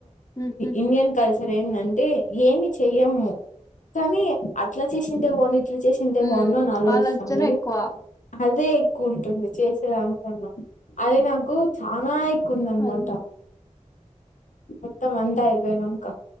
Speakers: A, on the left; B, on the left.
A: ఉహు
B: ఇండియన్ కల్చర్ ఏందంటే ఏమి చెయ్యము కానీ అట్లా చేసింటే అని అట్లా చేసింటే
A: ఉ
B: బాగుండు అని ఆలోచిస్తాం
A: ఆలోచన
B: గదా
A: ఎక్కువ
B: అదే ఎక్కువ ఉంటుంది చేసేదానికన్నా అదే నాకు చాల ఎక్కువ ఉందాన్నమాట
A: అన్
B: మొత్తం అంతా అయిపోయినంకా